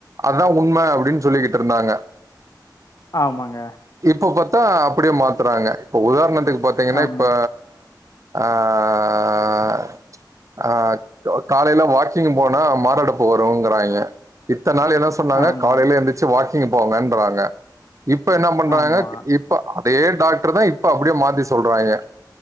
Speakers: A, on the right (about 45°); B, on the left (about 50°).
A: அதா உண்ம அப்டின்னு சொல்லிகிட்டு இருந்தாங்க
B: ஆமாங்க
A: இப்ப பத்தா அப்டியே மாத்துறாங்க இப்ப உதாரணத்துக்கு பாத்தீங்கன்னா
B: ஆமாம்
A: இப்ப ஆ ஆ ஆ ஆ காலையில வாக்கிங் போனா மார் அடப்பு வந் துருங்கறாங்க இத்த நாள் என்ன சொன்னாங்க
B: ஆமாம்
A: காலையில எந்துருச்சு வாக்கிங் போங்கன்றாங்க இப்ப என்ன பண்றாங்க
B: ஆமாம்
A: இப்ப அதே டாக்டர் தா இப்ப அப்டியே மாத்தி சொல்றாங்க